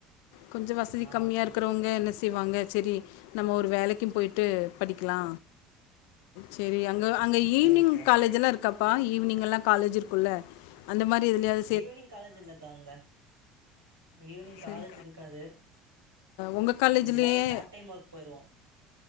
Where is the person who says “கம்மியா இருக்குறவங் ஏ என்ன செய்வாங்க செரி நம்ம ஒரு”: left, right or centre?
Left